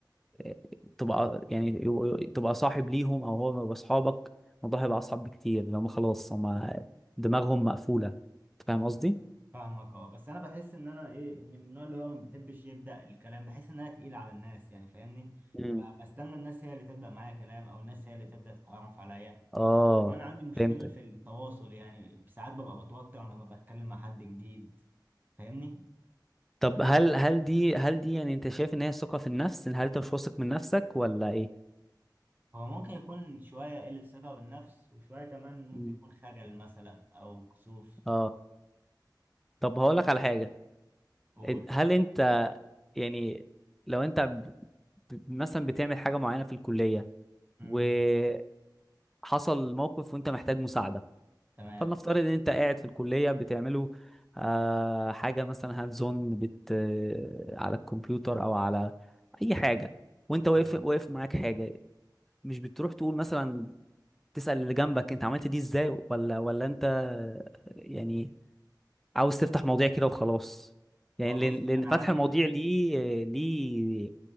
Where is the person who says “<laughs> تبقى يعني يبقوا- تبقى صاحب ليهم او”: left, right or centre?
Centre